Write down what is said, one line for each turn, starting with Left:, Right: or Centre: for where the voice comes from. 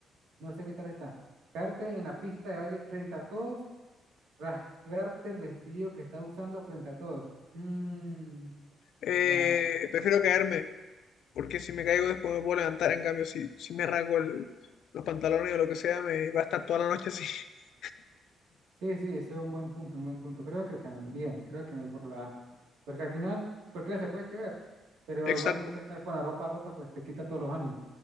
Right: no sé qué tal está. Caerte en la pista de baile frente a todos, rasgarte el vestido que estás usando frente a todos. Mm,
Left: Eh,
Right: la,
Left: prefiero caerme, porque si me caigo después me puedo levantar. En cambio, si, si me rasgo el- los pantalones o lo que sea, me va a estar toda la noche así. <laughs>
Right: Sí, sí, eso es un buen punto, un buen punto. Creo que también, creo que me voy por la A. Porque al final cualquiera se puede caer, pero
Left: Exacto,
Right: igualmente estar con la ropa rota pues te quita todos los ánimos.